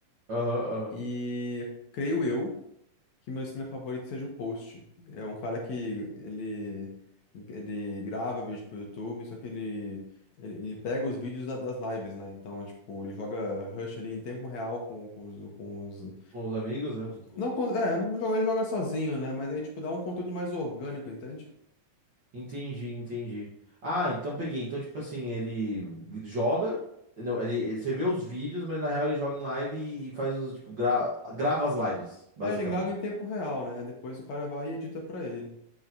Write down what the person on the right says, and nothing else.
Aham, aham.
Com os amigos, né? com
os-
Entendi, entendi. Ah, então peguei. Então, tipo assim, ele joga. Não, ele, você vê os vídeos, mas na real ele joga em live e, e faz os, tipo, gra- grava as lives, basicamente.